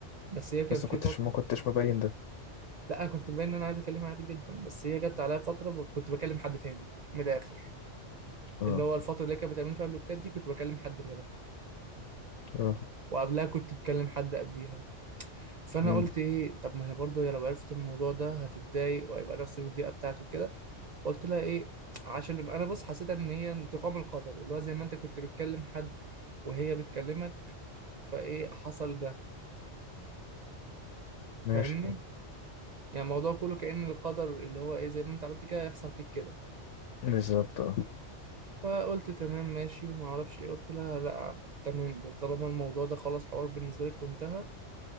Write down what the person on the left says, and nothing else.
بس
ما كنتش
ما كنتش مبين ده
اه
اه
امم
ماشي
بالظبط اه